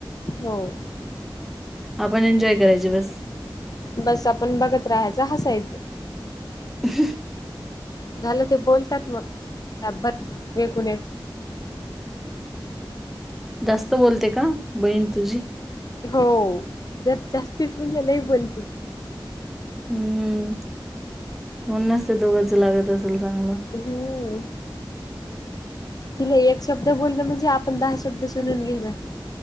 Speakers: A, on the left; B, in the centre.
A: हो
B: आपण एन्जॉय करायचे बस
A: बस आपण बघत राहायचं हसायचं.
B: ह
A: झालं ते बोलतात मग <unintelligible>
B: जास्त बोलते का? बहीण तुझी,
A: हो.. जर जास्तीच म्हणजे लई बोलते.
B: हम्म. म्हणूनच ते दोघांच लागत असल चांगलं
A: हम्म तिला एक शब्द बोलल म्हणजे आपण दहा शब्द सुणून घेनार